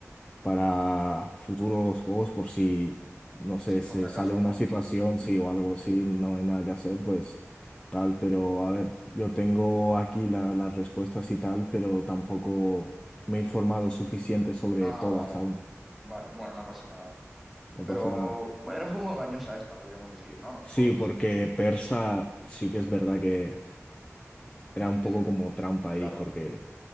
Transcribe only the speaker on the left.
para futuros
juegos por si, no sé,
se
sale una
situación, sí
o algo, sí, no hay nada que hacer, pues tal, pero a ver, yo tengo aquí la- las respuestas y tal, pero tampoco me he informado suficiente sobre
todas
aún,
no
pasa nada.
Sí, porque Persa sí que es verdad que era un
poco como trampa
ahí, porque...